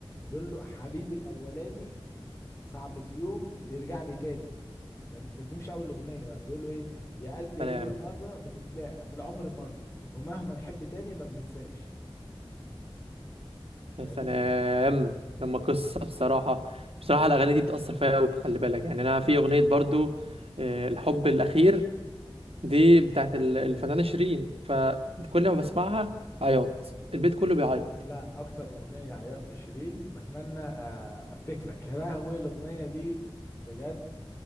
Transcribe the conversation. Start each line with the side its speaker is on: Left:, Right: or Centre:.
Left: بيقول له حبيبي الاولاني صعب في يوم يرجع لي تاني فاهم بس دي مش اول اغنيه بقى بيقولوا ايه يا قلبي
Right: سلام
Left: هي مره بنتلاقى في العمر مره ومهما نحب تاني ما بننساش
Right: يا
Left: فاهمني
Right: سلام لما قصه بصراحه بصراحه الاغاني دي بتاثر فيها قوي خلي بالك يعني انا في اغنيه برضه آه، الحب الاخير دي بتاعت ال- الفنانه شيرين فكل ما بسمعها عياط البيت كله بيعيط
Left: لا اكتر اغنيه عيط لشيرين بتمنى آه، افتكرك يا لهوي الاغنيه دي بجد